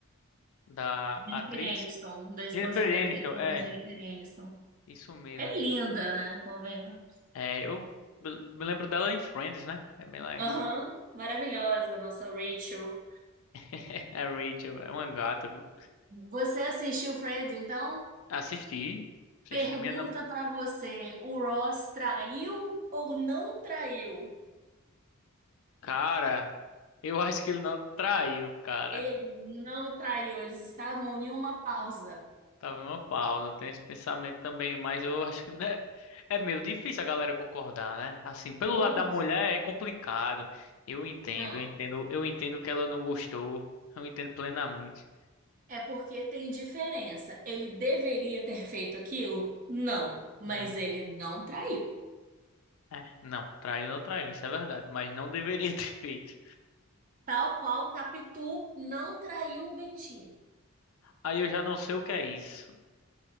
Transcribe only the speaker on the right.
Jennifer
Aniston, da esposa
de
bem
da Jennifer Aniston.
É linda, né? Convenhamos.
Aham, maravilhosa, nossa Rachel.
Você assistiu Friends, então?
Pergunta
pra você, o Ross traiu ou não traiu?
Ele não traiu, eles estavam em uma pausa.
Ele
não.
É porque tem diferença. Ele deveria ter feito aquilo? Não, mas
ele não traiu.
Tal qual Capitu não traiu o Bentinho,